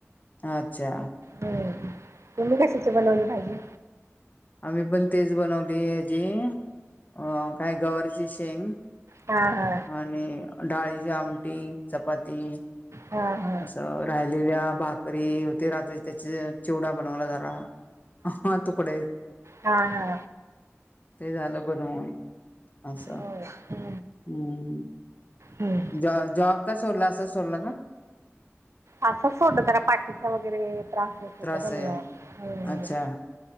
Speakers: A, on the left (about 35°); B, on the right (about 75°).
A: अच्छा
B: हम्म, तुम्ही कशाची बनवली भाजी?
A: आम्ही पण तेच बनवली हेची, अ काय गवारीची शेंग
B: हा हा
A: आणि डाळीची आमटी, चपाती
B: हा हा
A: असं राहिलेल्या भाकरी होते रात्रीची, त्याचे चिवडा बनवला जरा. हा तूकडे
B: हा हा
A: ते झालं बनवून, असं
B: होय हम्म
A: हम्म
B: हम्म
A: ज जॉब का सोडला असं सोडला का?
B: आसच सोडलं, जरा पाठीचा वगैरे त्रास होत होता
A: त्रास
B: ना
A: आहे
B: मला, हं
A: अच्छा